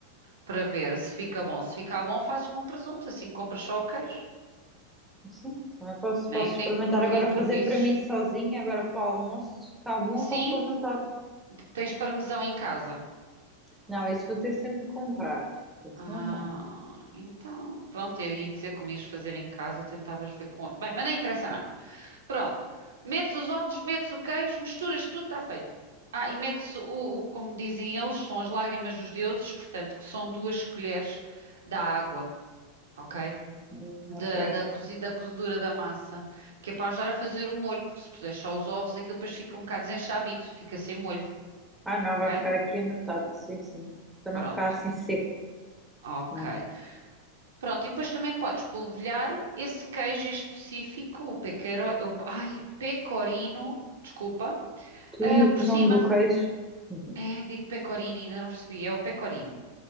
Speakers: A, on the right; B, in the centre.
A: para ver se fica bom. Se ficar bom, fazes com presunto, assim compras só o queijo,
B: Sim, também posso,
A: né?
B: posso experimentar
A: Nem que pro-
B: agora
A: improvises.
B: fazer para mim sozinha, agora para o almoço, se ficar bom,
A: Sim,
B: faço para o jantar.
A: tens parmesão em casa.
B: Não, esse vou ter sempre que comprar. Esse
A: Ah,
B: não tenho.
A: então, pronto, eu ia dizer como ias fazer em casa, tentavas ver com outro. Bem, mas não interessa nada. Pronto, metes os ovos, metes o queijo, misturas tudo, está feito. Ah, e metes o, o, como dizem eles, são as lágrimas dos deuses, portanto, que são duas colheres da água, ok?
B: Hum,
A: Da,
B: ok.
A: da, cozi- da cozedura da massa, que é para ajudar a fazer o molho, porque se puser só os ovos, aquilo depois fica um bocado desenchabido, fica sem molho,
B: Ah, não, vai
A: ok?
B: ficar aqui anotado, sim, sim. Para
A: Pronto,
B: não ficar assim seco,
A: ok.
B: né?
A: Pronto, e depois também podes polvilhar esse queijo em específico, o pecorino, ai, pecorino, desculpa,
B: Tu
A: ah,
B: e o
A: por
B: que nome
A: cima.
B: do queijo? <laughs>
A: É, digo pecorino, ainda não percebi, é o pecorino.